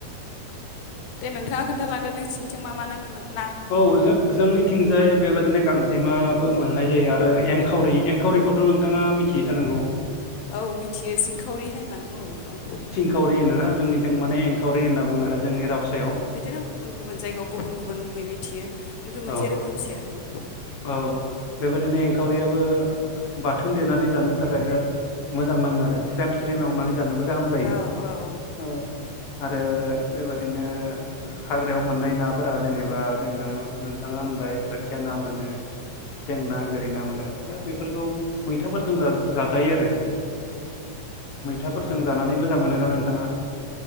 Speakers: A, on the left (about 80°); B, on the left (about 65°).
A: दे नोंथाङा खोन्थालांदो नोंसिनिथिं मा मा ना मा
B: औ जों जोंनिथिंजाय बेबादिनो गांजेमाबो मोननाय जायो आरो एंखावरि एंखावरिखौथ' नोंथाङा मिथियो जानांगौ
A: औ मिथियो सिंखावरि होननानै बुङो बेखौ
B: एंखावरि होनो ना जोंनिथिं माने एकावरि होनना बुङो आरो जोंनि रावजों
A: बिदिनो गुबुन गुबुन जायगायाव गुबुन गुबुन मुङै मिथियो खिन्थु मोनसे
B: औ
A: रोखोमसेयानो
B: औ बेबायदिनो एंखावरियाबो बाथोन देनानै जानो थाखाय बिराद मोजां नाङो आरो स्रेम स्रेम एवनानै जानोबो गाहाम जायो
A: औ औ
B: आरो बेबादिनो हाग्रायाव मोननाय नाफोरा जेनेबा जोङो नोंथाङा होनबाय बोथिया ना मोनो सें ना गोरि ना मोनो दा बेफोरखौ मैथाफोरजों जाजायो आरो
A: <inaudible>
B: मैथाफोरजों
A: औ
B: जानानै मोजां मोनोना नोंथाङा